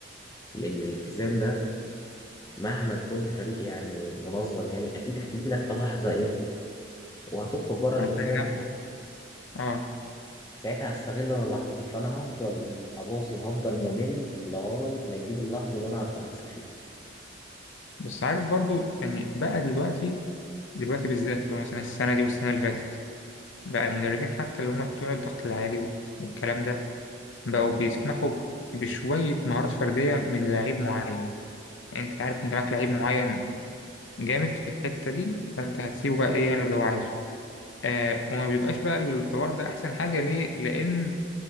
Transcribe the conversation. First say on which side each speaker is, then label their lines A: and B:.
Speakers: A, on the left; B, on the left.
A: لان الالتزام ده مهما كنت فريق يعني منظم يعني اكيد هتيجي لك في لحظه ايه وهتخرج بره
B: هتلاقي
A: الالتزام
B: نفسك
A: ده
B: اه
A: ساعتها هستغل انا اللحظه دي فانا هفضل اباصي وهفضل ممل لغايه ما يجيلي اللحظه اللي انا اعرف اكسب فيها
B: بس عارف برضو يعني بقى دلوقتي دلوقتي بالذات لو مثلا السنة دي والسنة اللي فاتت بقى المدربين حتى اللي هم بتوع الضغط العالي والكلام ده بقوا بيسمحوا بشوية مهارات فردية من لعيب معين يعني انت عارف ان معاك لعيب معين جامد في الحتة دي فانت هتسيبه بقى ايه يعمل اللي هو عايزه آه وما بيبقاش بقى الحوار ده احسن حاجة ليه لان